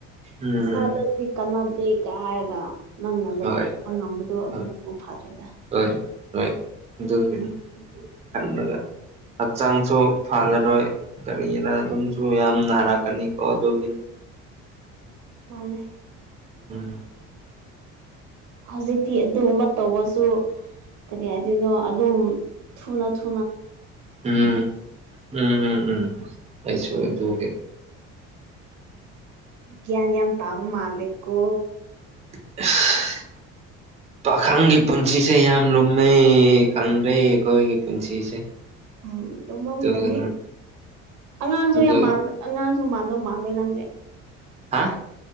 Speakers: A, on the right; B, on the right.
A: ꯎꯝ
B: ꯏꯁꯥꯗꯗꯤ ꯀꯅꯥꯗꯦꯒ ꯍꯥꯏꯔꯒ ꯅꯪꯅ ꯂꯩꯕ
A: ꯍꯣꯏ
B: ꯉꯝꯕꯗꯣ ꯑꯗꯨꯅꯕꯨ
A: ꯍꯣꯏ
B: ꯐꯔꯦꯗ
A: ꯍꯣꯏ ꯍꯣꯏ ꯑꯗꯨꯒꯤꯅꯤ <unintelligible> ꯈꯜꯂꯒ ꯍꯛꯆꯥꯡꯁꯨ ꯐꯍꯜꯂꯔꯣꯏ ꯀꯔꯤꯔꯥ ꯑꯗꯨꯝꯁꯨ ꯌꯥꯝꯅ ꯍꯥꯏꯔꯛꯀꯅꯤꯀꯣ ꯑꯗꯨꯒꯤꯅꯤ
B: ꯃꯥꯅꯦ
A: ꯎꯝ꯫
B: ꯍꯧꯖꯤꯛꯇꯤ ꯑꯗꯨꯒꯨꯝꯕ ꯇꯧꯕꯁꯨ ꯀꯔꯤ ꯍꯥꯏꯗꯣꯏꯅꯣ ꯑꯗꯨꯝ ꯊꯨꯅ ꯊꯨ
A: ꯎꯝ ꯎꯝ ꯎꯝ ꯎꯝ ꯑꯩꯁꯨ ꯑꯗꯨꯒꯤ
B: ꯒ꯭ꯤꯌꯥꯟ ꯌꯥꯝ ꯇꯥꯕ ꯃꯥꯜꯂꯦꯀꯣ
A: <inaudible> ꯄꯥꯈꯪꯒꯤ ꯄꯨꯟꯁꯤꯁꯦ ꯌꯥꯝ ꯂꯨꯝꯃꯦ ꯈꯪꯗ꯭ꯔꯦ ꯑꯩꯈꯣꯏꯒꯤ ꯄꯨꯟꯁꯤꯁꯦ
B: ꯎꯝ꯫ ꯂꯨꯃꯥꯝꯒꯅꯤ
A: ꯑꯗꯨꯒꯤꯅꯤ
B: ꯑꯉꯥꯡꯁꯨ
A: ꯑꯗꯨ
B: ꯌꯥꯝ ꯃꯥꯜ ꯑꯉꯥꯡꯁꯨ ꯃꯥꯟꯗꯧ ꯃꯥꯜꯂꯦ ꯅꯪꯁꯦ
A: ꯍꯥ